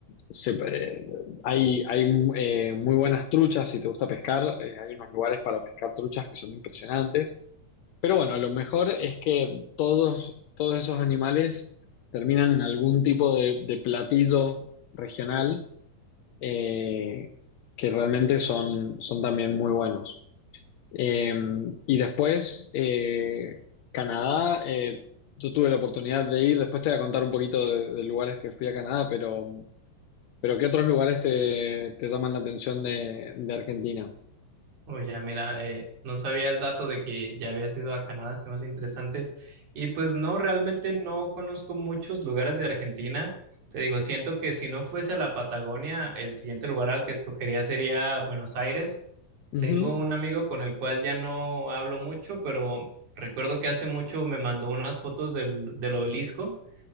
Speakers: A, on the left; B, on the right.
A: se- eh, hay hay, eh, muy buenas truchas, si te gusta pescar, eh, hay unos lugares para pescar truchas que son impresionantes. Pero bueno, lo mejor es que todos, todos esos animales terminan en algún tipo de de platillo regional eh, que realmente son, son también muy buenos. Eh, y después, eh, Canadá, eh, yo tuve la oportunidad de ir, después te voy a contar un poquito de, de lugares que fui a Canadá, pero, pero ¿qué otros lugares te, te llaman la atención de, de Argentina?
B: Oh, ya, mira, eh, no sabía el dato de que ya había ido a Canadá, se me hace interesante. Y pues no, realmente no conozco muchos lugares de Argentina. Te digo, siento que si no fuese la Patagonia, el siguiente lugar al que escogería sería Buenos Aires.
A: Ujú.
B: Tengo un amigo con el cual ya no hablo mucho, pero recuerdo que hace mucho me mandó unas fotos del, del obelisco.